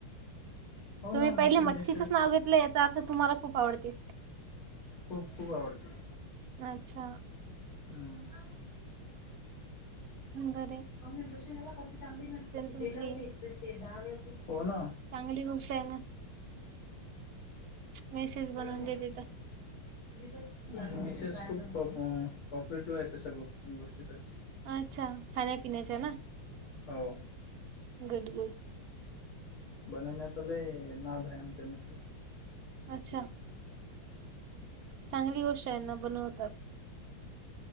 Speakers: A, on the left; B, on the right.
A: हो
B: तुम्ही
A: आमची
B: पहिले मच्छीचंच
A: मिसेस
B: नाव घेतलं, याचा अर्थ तुम्हाला खूप आवडते.
A: खूप खूप आवडते.
B: अच्छा
A: हम्म
B: हम् बर.
A: जेृष झाला की चांगली नसते, ती दिलं
B: तुमची.
A: होते एकस ते हो ना.
B: चांगली गोष्ट आहे ना मेसेज बनवून
A: गरम
B: देते तर.
A: आहे मिसेस खूप कॉपरेटिव्ह आहे, तशा गोष्टीसाठी.
B: अच्छा! खाण्यापिण्याच्या ना?
A: हो!
B: गुड गुड
A: बनवण्याचा लय नाद आहे, आमच्या मिसेसला.
B: अच्छा! चांगली गोष्ट आहे ना, बनवतात.